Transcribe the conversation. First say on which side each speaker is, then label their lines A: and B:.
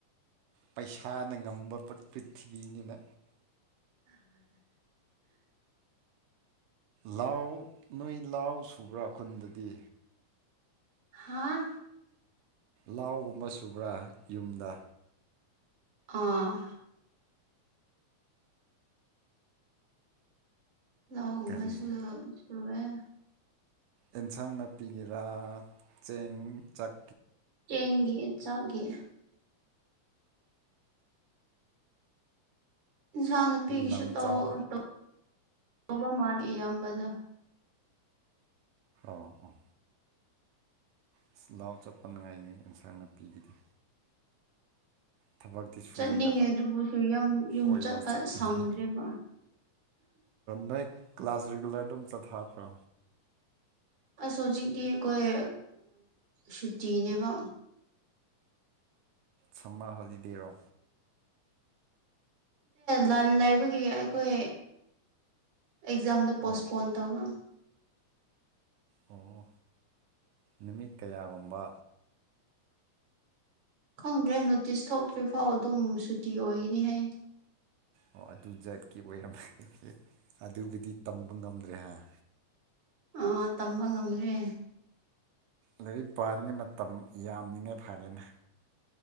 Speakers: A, on the right; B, on the right.
A: ꯄꯩꯁꯥꯅ ꯉꯝꯕ ꯄ꯭ꯔꯤꯊꯤꯕꯤꯅꯤꯅ ꯂꯥꯎ ꯅꯣꯏ ꯂꯥꯎ ꯁꯨꯕ꯭ꯔꯥ ꯈꯨꯟꯗꯗꯤ
B: ꯍꯥꯥ
A: ꯂꯥꯎꯒꯨꯝꯕ ꯁꯨꯕ꯭ꯔꯥ ꯌꯨꯝꯗ
B: ꯑꯥ ꯂꯎꯒꯨꯝꯕ
A: ꯀꯔꯤ
B: ꯁꯨ ꯁꯨꯋꯦ
A: ꯑꯦꯟꯁꯥꯡ ꯅꯥꯄꯤꯒꯦꯔꯥ ꯆꯦꯡ ꯆꯥꯛ
B: ꯆꯦꯟꯦ ꯆꯒꯦ ꯏꯟꯁꯥꯡ ꯅꯨꯄꯤꯒꯤꯁꯨ
A: ꯂꯝ
B: ꯇꯧꯕ
A: ꯆꯥꯎ
B: ꯃꯥꯜꯂꯤ ꯑꯌꯥꯝꯕꯗ
A: ꯑ ꯑꯥ ꯑꯁ ꯂꯥꯎ ꯆꯠꯄ ꯉꯥꯏꯅꯤ ꯑꯦꯟꯁꯥꯡ ꯅꯥꯄꯤꯒꯤꯗꯤ ꯊꯕꯛꯇꯤ ꯁꯨꯅꯤꯡꯗꯕ
B: ꯆꯠꯅꯤꯡꯉꯦ ꯑꯗꯨꯕꯨꯁꯨ ꯌꯨꯝ
A: ꯀꯣꯏꯕ
B: ꯆꯠꯄ
A: ꯆꯠꯅꯤꯡꯉꯤ
B: ꯁꯪꯗ꯭ꯔꯦꯕ
A: ꯅꯣꯏ ꯀ꯭ꯂꯥꯁ ꯔꯤꯒꯨꯂꯔ ꯑꯗꯨꯝ ꯆꯠꯊꯕ꯭ꯔꯣ
B: ꯑꯁ ꯍꯧꯖꯤꯛꯇꯤ ꯑꯩꯈꯣꯏ ꯁꯨꯇꯤꯅꯦꯕ
A: ꯁꯃ ꯍꯣꯂꯤꯗꯦꯔꯣ
B: ꯂꯥꯟ ꯂꯥꯏꯐ ꯑꯗꯨꯒꯤ ꯑꯩꯈꯣꯏ ꯑꯦꯛꯖꯥꯝꯗ ꯄꯣꯁꯄꯣꯟ
A: ꯑꯣ
B: ꯇꯧꯧꯕ <unintelligible>
A: ꯑꯣ ꯅꯨꯃꯤꯠ ꯀꯌꯥꯒꯨꯝꯕ
B: ꯈꯪꯗ꯭ꯔꯦ ꯅꯣꯇꯤꯁ ꯊꯣꯛꯇ꯭ꯔꯤꯐꯥꯎ ꯑꯗꯨꯝ ꯁꯨꯇꯤ ꯑꯣꯏꯅꯤ ꯍꯥꯏ
A: ꯑꯣ ꯑꯗꯨ ꯖꯠꯀꯤ ꯑꯣꯏꯔꯝꯃꯦ ꯑꯗꯨꯕꯨꯗꯤ ꯇꯝꯕ ꯉꯝꯗ꯭ꯔꯦ ꯍꯥꯏ
B: ꯑꯥ ꯇꯝꯕ ꯉꯝꯗ꯭ꯔꯦ
A: ꯂꯥꯏꯔꯤꯛ ꯄꯥꯔꯤꯉꯩ ꯃꯇꯝ ꯌꯥꯝꯂꯤꯉꯥꯏ ꯐꯔꯦꯅꯦ